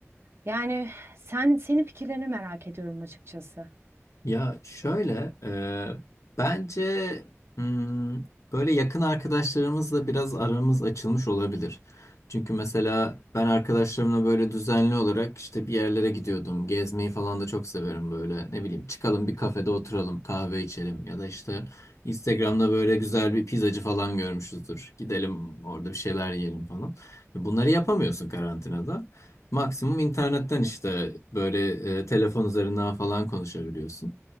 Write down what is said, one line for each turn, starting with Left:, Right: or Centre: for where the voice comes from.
Right: Yani sen senin fikirlerini merak ediyorum açıkçası.
Left: Ya şöyle, e, bence hmm, böyle yakın arkadaşlarımızla biraz aramız açılmış olabilir. Çünkü mesela ben arkadaşlarımla böyle düzenli olarak işte bir yerlere gidiyordum. Gezmeyi falan da çok severim böyle. Ne bileyim çıkalım bir kafede oturalım, kahve içelim ya da işte Instagram'da böyle güzel bir pizzacı falan görmüşüzdür. Gidelim orada bir şeyler yiyelim falan. Bunları yapamıyorsun karantinada. Maksimum internetten işte böyle e, telefon üzerinden falan konuşabiliyorsun.